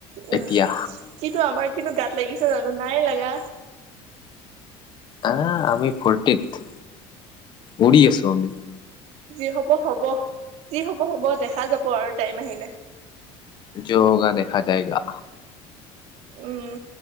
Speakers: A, on the right (about 65°); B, on the left (about 40°).
A: উম,
B: এতিয়া
A: কিন্তু আমাৰ কিন্তু গাত লাগিছে জানো নাই লাগা।
B: আহ, আমি ফূৰ্তিত উৰি আছো আমি।
A: যি হব-হব যি হব- হব দেখা যাব আৰু টাইম আহিলে।
B: জ' হোগা দেখা যায়েগা।
A: উম,